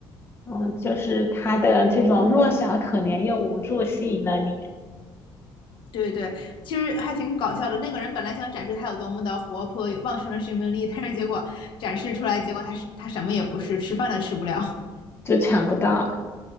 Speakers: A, on the left; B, on the left.
A: 哦，就是它的这种弱小、可怜又无助吸引了你，
B: 对对，其实还挺搞笑的。那个人本来想展示它有多么的活泼、有旺盛的生命力，但是结果展示出来，结果它是它什么也不是，吃饭都吃不了。
A: 就抢不到。